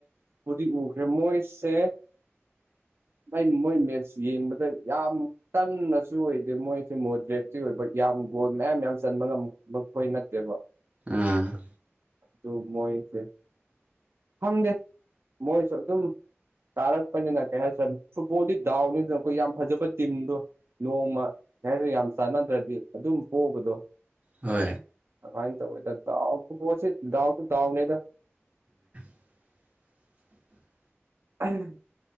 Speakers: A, on the right; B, on the right.
A: ꯎꯗꯤ ꯎꯈ꯭ꯔꯦ ꯃꯣꯏꯁꯦ ꯑꯩ ꯃꯣꯏ ꯃꯦꯠꯁ ꯌꯦꯡꯕꯗ ꯌꯥꯝ ꯀꯟꯅꯁꯨ ꯑꯣꯏꯗꯦ ꯃꯣꯏꯁꯦ ꯃꯣꯗ꯭ꯔꯦꯠꯇꯤ ꯑꯣꯏꯕ ꯌꯥꯝ ꯒꯣꯜ ꯃꯌꯥꯝ ꯌꯥꯝ ꯆꯟꯕ ꯉꯝꯕꯈꯣꯏ ꯅꯠꯇꯦꯕ
B: ꯎꯝ
A: ꯗꯨ ꯃꯣꯏꯁꯦ ꯈꯪꯗꯦ ꯃꯣꯏꯁꯨ ꯑꯗꯨꯝ ꯇꯥꯔꯛꯄꯅꯤꯅ ꯀꯩ ꯍꯥꯏꯁ ꯇꯝ ꯐꯨꯠꯕꯣꯜꯗꯤ ꯗꯥꯎꯅꯤꯗꯅꯀꯣ ꯌꯥꯝ ꯐꯖꯕ ꯇꯤꯝꯗꯣ ꯅꯣꯡꯃ ꯀꯩꯍꯥꯏꯇꯥꯔꯦ ꯌꯥꯝ ꯆꯥꯟꯅꯗ꯭ꯔꯗꯤ ꯑꯗꯨꯝ ꯄꯣꯕꯗꯣ
B: ꯍꯣꯏ
A: ꯥꯑꯗꯨꯃꯥꯏ ꯇꯧꯋꯦꯗ ꯗꯥꯎ ꯐꯨꯠꯕꯣꯜꯁꯦ ꯗꯥꯎꯁꯨ ꯗꯥꯎ ꯅꯦꯗ
B: <inaudible>
A: ꯑꯍꯝ